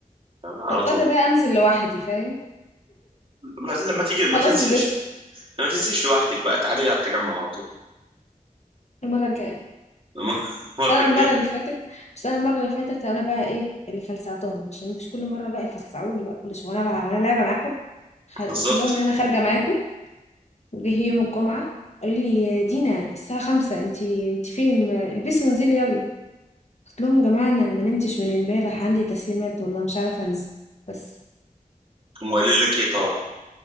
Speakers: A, on the right; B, on the left.
A: فاهمة؟ على
B: بضطر
A: طول
B: بقى انزل لوحدي فاهم
A: لما لما تيجي ما
B: خلاص
A: تنزلش
B: لبست
A: ما تنزليش لوحدك بقى تعالي على التجمع على طول
B: المرة الجاية
A: <laughs> المرة
B: بس انا
A: الجاية
B: المرة اللي فاتت بس انا المرة اللي فاتت انا بقى ايه اللي فلسعتهم عشان مش كل مرة بقى يفلسعوني بقى كل شوية وانا العب وانا لعبة معاكم خل...
A: بالظبط
B: قلت لهم ان انا خارجة معاكم وجه يوم الجمعة قالوا لي دينا الساعة خمسة انتي انتي فين ما- البسي وانزلي يلا قلت لهم يا جماعة انا ما نمتش من امبارح عندي تسليمات والله مش عارفة انزل بس
A: هم قايلين لك ايه طبعا